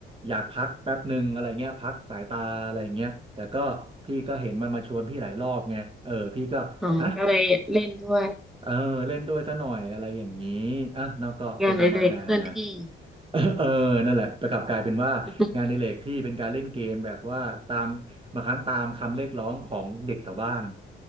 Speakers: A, on the right (about 25°); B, in the centre.
A: อยากพักแป๊บหนึ่งอะไรเงี้ยพักสายตาอะไรเงี้ยแต่ก็พี่ก็เห็นมันมาชวนพี่หลายรอบไงเออพี่ก็อ่ะ
B: อ๋อก็เลยเล่นด้วย
A: เออเล่นด้วยซะหน่อยอะไรอย่างนี้อ่ะเนอกก็เป็นธรรมดา
B: งานอดิเรกเคลื่อนที่
A: <laughs> เออเออนั่นแหละแต่กลับกลายเป็นว่างานอดิเรกพี่เป็นการเล่นเกมแบบว่าตามบางครั้งตามคำเรียกร้องของเด็กแถวบ้าน
B: <laughs>